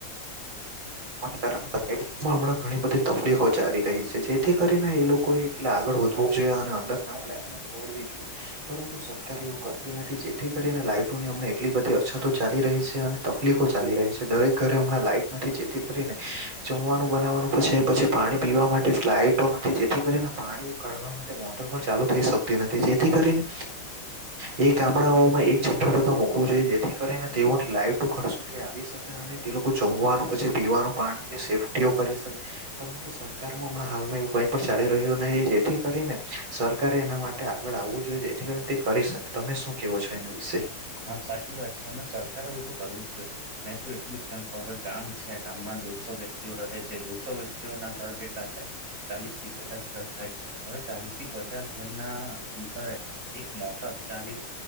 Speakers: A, on the right (about 70°); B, on the right (about 40°).
A: <inaudible> હમણાં ઘણી બધી તકલીફો ચાલી રહી છે જેથી કરીને એ લોકો એટલે આગળ વધવું જોઈએ અને અંડર ગ્રાઉન્ડ લાઈનો કરવાડવી જોઈએ. પરંતુ સરકાર એવું કરતી નથી. જેથી કરીને લાઈટોની હમ એટલી બધી અછતો ચાલી રહી છે અને તકલીફો ચાલી રહી છે. દરેક ઘરે હમણાં લાઈટ નથી જેથી કરીને જમવાનું બનાવવાનું પછી પછી પાણી પીવા માટે લઇટો નથી, જેથી કરીને પાણી ઉકાળવા મોટર પણ ચાલુ થઈ શકતી નથી. જેથી કરીને એ ગામડાઓમાં એક જનરેટર તો મુકવો જોઈએ જેથી કરીને તેઓની લાઈટો ઘર સુધી આવી શકે. અને તે લોકો જોમવાનું પછી, પીવાનું પાણી સેફ્ટીઓ કરી શકે. પરંતુ સરકાર હમણાં હાલમાં એવું કઈ પણ ચાલી રહ્યું નહી. જેથી કરીને સરકારે એના માટ ટે આગળ આવવું જોઈએ. જેથી કરીને તે કરી શકે. તમે શું કેવો છો એના વિશે?
B: હા સાચી વાત છે. એમાં સરકારે બધું કરવું જ જોઈએ. મેં તો એટલું જ કેમ ગામ છે. ગામમાં દોઢસો વ્યક્તિઓ રહે છે. દોઢસો વ્યક્તિઓ ના ઘર કેટલા થાય. ચાલીસ થી પચાસ ઘર થાય. હવે ચાલીસ થી પચાસ ઘરના અંતરે એક મોટર ચાલીસ